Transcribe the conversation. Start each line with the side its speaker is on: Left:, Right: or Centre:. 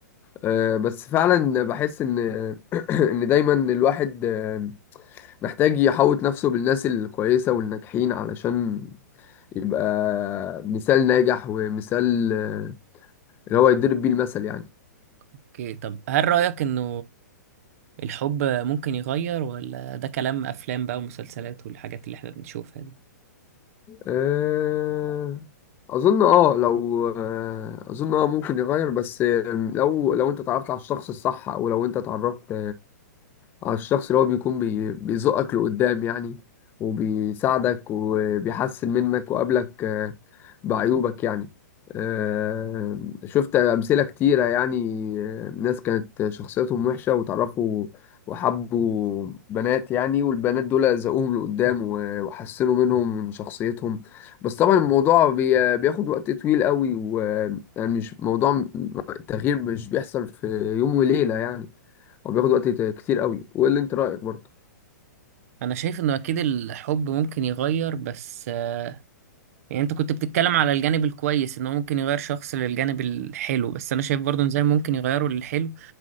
Left: آه، بس فعلا بحس ان <clears throat> ان دايما الواحد آه، محتاج يحوط نفسه بالناس الكويسه والناجحين علشان يبقى مثال ناجح ومثال آه، اللي هو يضرب بيه المثل يعني
Right: اوكي طب هل رأيك انه الحب ممكن يغير ولا ده كلام افلام بقى ومسلسلات والحاجات اللي احنا بنشوفها دي
Left: آه، اظن اه لو آه، اظن اه ممكن يغير بس آه، لو لو انت اتعرفت على الشخص الصح او لو انت اتعرفت على الشخص اللي هو بيكون بي... بيزقك لقدام يعني وبيساعدك وبيحسن منك وقابلك آه، بعيوبك يعني آه، شفت أمثلة كتيرة يعني آه، ناس كانت شخصيتهم وحشة وتعرفوا وحبوا بنات يعني والبنات دول زقوهم لقدام و- وحسنوا منهم من شخصيتهم بس طبعا الموضوع بي- بياخد وقت طويل قوي ويعني مش موضوع التغيير مش بيحصل في يوم وليلة يعني هو بياخد وقت كتير قوي وايه اللي انت رايك برضه
Right: انا شايف انه اكيد الحب ممكن يغير بس آه، يعني انت كنت بتتكلم على الجانب الكويس انه ممكن يغير شخص للجانب الحلو بس انا شايف برضه إن زي ما ممكن يغيره للحلو